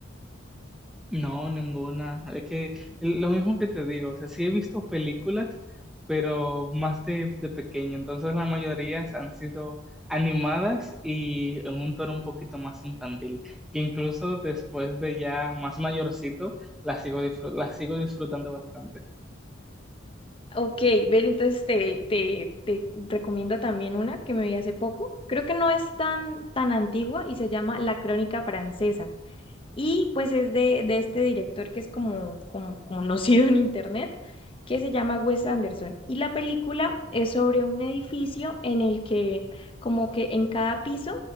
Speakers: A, in the centre; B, on the left.
A: No, ninguna. Es que lo mismo que te digo, o sea, sí he visto películas, pero más de, de pequeño. Entonces la mayoría han sido animadas y en un tono un poquito más infantil, que incluso después de ya más mayorcito, las sigo, disfru- las sigo disfrutando bastante.
B: Ok, ver, entonces te, te, te recomiendo también una que me vi hace poco. Creo que no es tan, tan antigua y se llama La Crónica Francesa. Y pues es de, de este director que es como, como, como <laughs> conocido en internet, que se llama Wes Anderson. Y la película es sobre un edificio en el que como que en cada piso